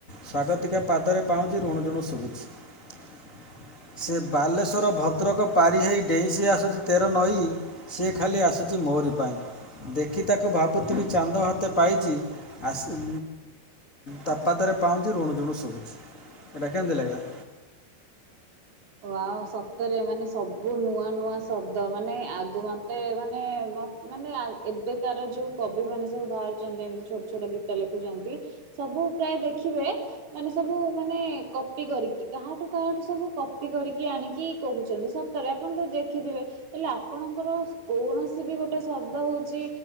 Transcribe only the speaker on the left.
ସ୍ଵାଗତିକା ପାଦରେ ପାଉଁଛି ଋଣ ଝୁଣ ଶୁଭୁଛି। ସେ ବାଲେଶ୍ୱର, ଭଦ୍ରକ ପାରି ହେଇ ଡେଇଁ ସି ଆସୁଛି ତେର ନଈ ସି ଏ ଖାଲି ଆସୁଛି ମୋରି ପାଇଁ। ଦେଖି ତାକୁ ଭାବୁଥିବି ଚାନ୍ଦ ହାତେ ପାଇଚି ଆସ ତା ପାଦରେ ପାଉଁଜି ଋଣୁ ଝୁଣୁ ଶୁଭୁଛି। ଏଇଟା କେମିତି ଲାଗିଲା?